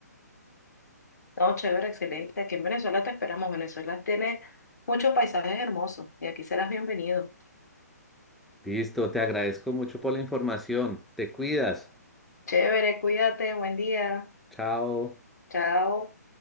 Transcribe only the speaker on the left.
No, chévere, excelente. Aquí en Venezuela te esperamos. Venezuela tiene muchos paisajes hermosos y aquí serás bienvenido.
Chévere, cuídate, buen día.
Chao.